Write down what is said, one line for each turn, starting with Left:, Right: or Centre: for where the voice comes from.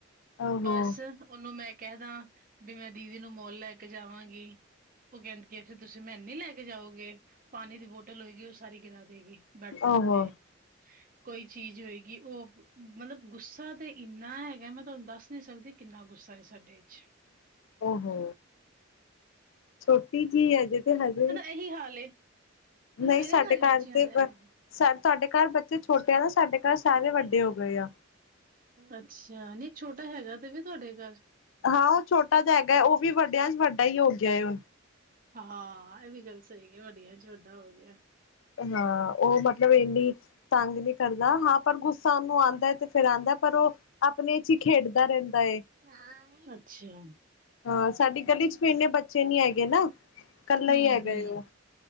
Left: ਓਹੋ
Right: ਬਸ ਓਨੂੰ ਮੈਂ ਕੈਦਾ ਵੀ ਮੈਂ ਦੀਦੀ ਨੂੰ ਮੋਲ ਲੈ ਕੇ ਜਾਵਾਂਗੀ। ਓ ਕੈਂਦੀ ਕਿ ਫਿਰ ਤੁਸੀਂ ਮੈਨੀ ਲੈ ਕੇ ਜਾਓਗੇ ਪਾਣੀ ਦੀ ਬੋਟਲ ਹੋਏਗੀ ਓ ਸਾਰੀ ਗਿਰਾ ਦੇਗੀ। ਬੈਡ ਦੇ
Left: ਓਹੋ
Right: ਉੱਤੇ। ਕੋਈ ਚੀਜ਼ ਹੋਏਗੀ ਓ ਮਤਲਬ ਗੁੱਸਾ ਤੇ ਇੰਨਾ ਹੈਗਾ ਮੈਂ ਤੁਹਾਨੂੰ ਦੱਸ ਨੀ ਸਕਦੀ।। ਕਿੰਨਾ ਗੁੱਸਾ ਐ ਸਾਡੇ ਵਿੱਚ।
Left: ਓਹੋ ਛੋਟੀ ਜੀ ਹੈਜੇ ਤੇ ਹਜੇ
Right: ਏਹੀ ਹਾਲ ਏ।
Left: ਨਹੀਂ
Right: ਮੇਰੇ
Left: ਸਾਡੇ
Right: ਹੀ
Left: ਘਰ
Right: ਬੱਚਿਆਂ
Left: ਤੇ
Right: ਦਾ ਇਹ ਹਾਲ ਏ।
Left: ਸਾ ਤੁਹਾਡੇ ਘਰ ਬੱਚੇ ਛੋਟੇ ਆ ਨਾ ਸਾਡੇ ਘਰ ਸਾਰੇ ਵੱਡੇ ਹੋ ਗਏ ਆ।
Right: ਅੱਛਾ ਨਹੀਂ ਛੋਟਾ ਹੈਗਾ ਤੇ ਵੀ ਤੁਹਾਡੇ ਘਰ
Left: ਹਾਂ ਉਹ ਛੋਟਾ ਜਿਹਾ ਹੈਗਾ ਹੈ ਉਹ ਵੀ ਵੱਡਿਆਂ ਚ ਵੱਡਾ ਹੀ ਹੋ ਗਿਆ ਹੁਣ
Right: ਹਾਂ ਇਹ ਵੀ ਗੱਲ ਸਹੀ ਹੈ ਵੱਡੀਆਂ ਚ ਵੱਡਾ ਹੋ ਗਿਆ।
Left: ਹਾਂ ਉਹ ਮਤਲਬ ਇੰਨੀ ਤੰਗ ਨਹੀਂ ਕਰਦਾ ਹਾਂ ਪਰ ਗੁੱਸ ਸਾਨੂੰ ਆਉਂਦਾ ਹੈ ਤੇ ਫੇਿਰ ਆਉਂਦਾ ਪਰ ਉਹ ਆਪਣੇ ਚ ਹੀ ਖੇਡਦਾ ਰਹਿੰਦਾ ਏ।
Right: ਹ ਅੱਛਾ।
Left: ਹਾਂ ਸਾਡੀ ਗਲੀ ਚ ਇੰਨੇ ਬੱਚੇ ਨੀ ਹੈਗੇ ਨਾ ਕੱਲਾ
Right: ਹੂੰ-ਹੂੰ,
Left: ਈ ਹੈਗਾ ਏ ਓ